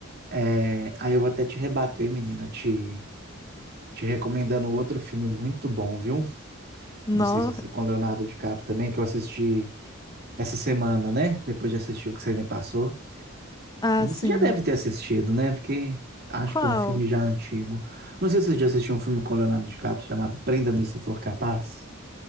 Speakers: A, on the right; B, on the left.
A: É, Aí eu vou até te rebater, menina, te, te recomendando outro filme muito bom, viu?
B: No...
A: Não sei se você com Leonardo DiCaprio também, que eu assisti essa semana, né? Depois de assistir o que você me passou.
B: Ah,
A: Eu não-
B: sim.
A: Você já deve ter assistido, né? Porque acho
B: Qual?
A: que é um filme já antigo. Não sei se você já assistiu um filme com Leonardo DiCaprio chamado Prenda-me se for capaz.